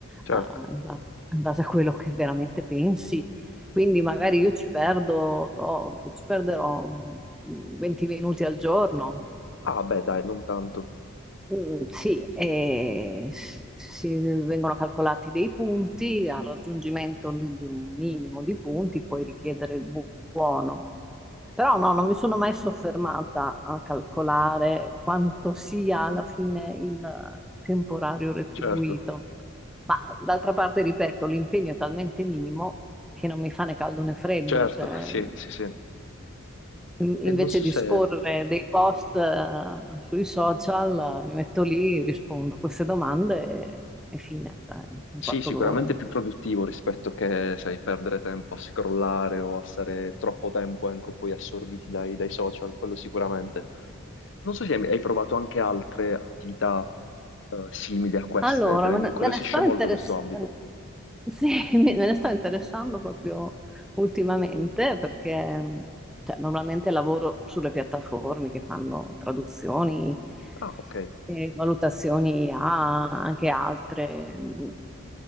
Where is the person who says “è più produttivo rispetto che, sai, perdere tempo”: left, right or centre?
Left